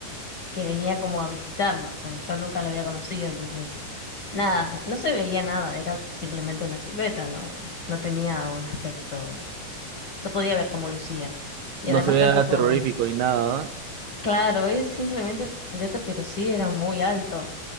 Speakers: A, on the left (about 50°); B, on the right (about 75°).
A: que venía como a visitarnos, porque yo nunca lo había conocido, entonces nada, o sea, no se veía nada, era simplemente una silueta, no, no tenía un aspecto, no podía ver cómo lucía. Y
B: No
A: además
B: se vea
A: tampoco,
B: terrorífico ni nada, ¿verdad?
A: claro, es simplemente una silueta, pero sí era muy alto.